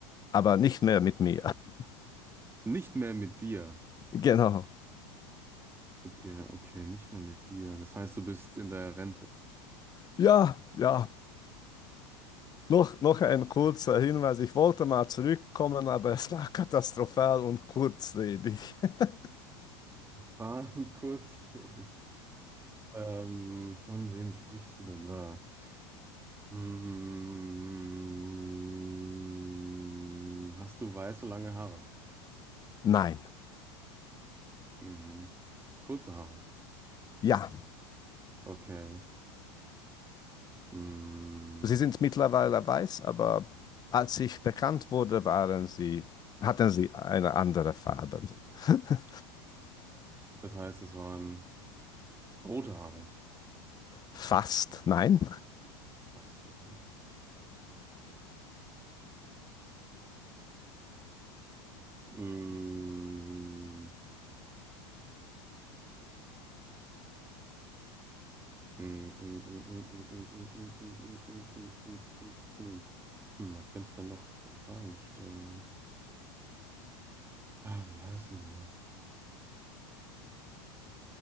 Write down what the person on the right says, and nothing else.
nicht mehr mit dir.
Ja, okay, nicht mehr mit dir. Das heißt, du bist in der Rente.
Ah, und kurzlebig. Ähm, von wem sprichst du denn da? Mm, hast du weiße, lange Haare?
Mhm. Kurze Haare.
Okay. Mm,
das heißt, es waren rote Haare.
Fast, okay. Mm, mm, mm, mm, mm, mm, mm, mm, mm, mm, mm, mm, mm, mm. Hm, was könnte ich dann noch für Fragen stellen? Ah, wie heißt denn der?